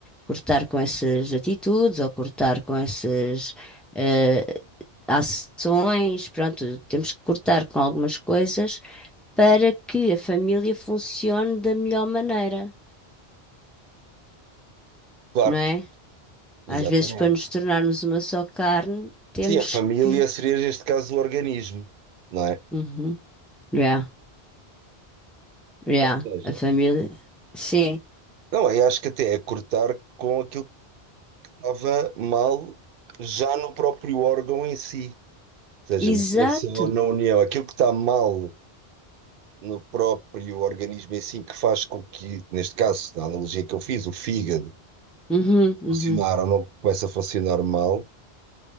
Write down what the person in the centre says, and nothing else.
Cortar com essas atitudes ou cortar com essas, eh, ações, pronto, temos que cortar com algumas coisas para que a família funcione da melhor maneira,
não é?
Às vezes, para nos tornarmos uma só carne, temos
que.
Uhum. Yeah, yeah.
A família. Sim.
Exato.
Uhum, uhum.